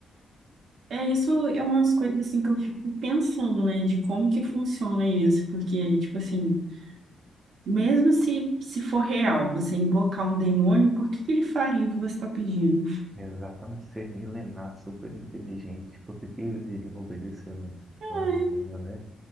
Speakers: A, on the right; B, on the right.
A: É, isso é umas coisas assim que eu fico pensando, né, de como que funciona isso, porque, tipo assim, mesmo se, se for real, você invocar um demônio, por que que ele faria o que você está pedindo?
B: Exatamente, ser milenar, super inteligente, porque que eles iriam obedecer um
A: Ai,
B: humanozinho, né?